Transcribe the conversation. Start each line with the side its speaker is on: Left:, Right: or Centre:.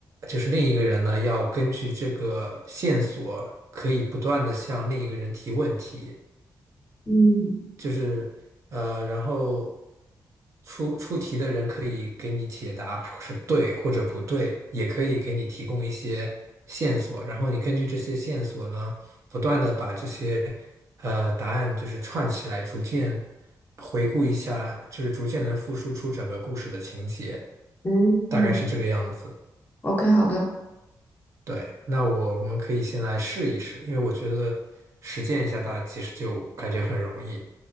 Right: 就是另一个人呢要根据这个线索可以不断的向另一个人提问题。
Left: 嗯
Right: 就是呃，然后出出题的人可以给你解答是对或者不对，也可以给你提供一些线索，然后你根据这些线索呢，不断的把这些呃答案就是串起来，逐渐回顾一下，就是逐渐能复述出整个故事的情节，
Left: 嗯
Right: 大概是这个样子。
Left: ，OK，好的
Right: 对，那我我们可以先来试一试，因为我觉得实践一下大家其实就感觉很容易。